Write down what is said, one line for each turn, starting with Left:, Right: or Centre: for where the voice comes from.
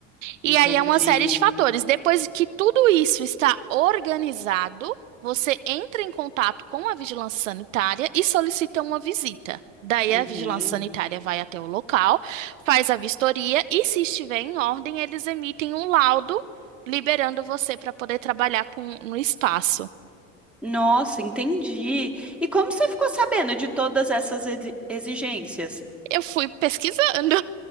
Right: E
Centre: entendi.
Right: aí é uma série de fatores. Depois que tudo isso está organizado, você entra em contato com a vigilância sanitária e solicita uma visita. Daí
Centre: Uhum.
Right: a vigilância sanitária vai até o local, faz a vistoria e, se estiver em ordem, eles emitem um laudo liberando você para poder trabalhar com, no espaço.
Centre: Nossa, entendi. E como você ficou sabendo de todas essas exi- exigências?
Right: Eu fui pesquisando.